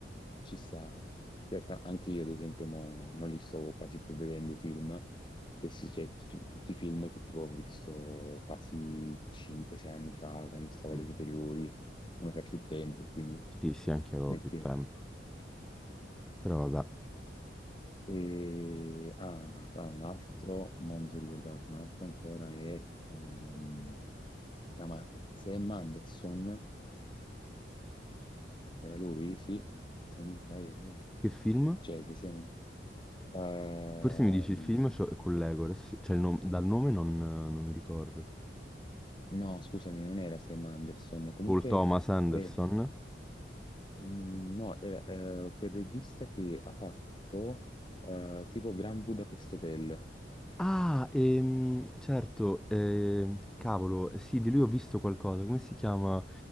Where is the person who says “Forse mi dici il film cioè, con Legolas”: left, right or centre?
Centre